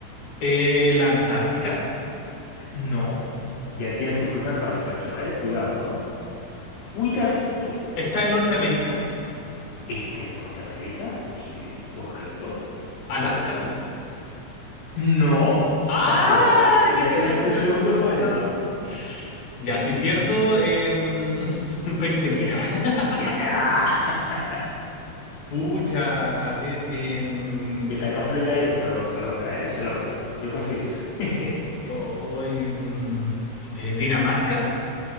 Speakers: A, on the left; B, on the left.
A: Eh, la Antártica.
B: No, ya tienes tu primer fallo, Pancho, ¿eh? Cuidado, ¿no? Cuidadito.
A: Está en Norteamérica.
B: ¿Este en Norteamérica? Sí, correcto,
A: Alaska.
B: correcto. No,
A: ¡Ay!
B: tampoco.
A: Me
B: Ya
A: queda
B: tienes
A: una
B: tu segundo
A: sola.
B: fallo.
A: Ya, si pierdo, em, <laughs> penitencia.
B: Que te,
A: <laughs>
B: que te, ¡Ah!
A: Pucha,
B: <laughs>
A: a ver. em,
B: que está complicadito, pero se logra, ¿eh? Se logra. Yo confío. <laughs>
A: oh, em, eh, ¿Dinamarca?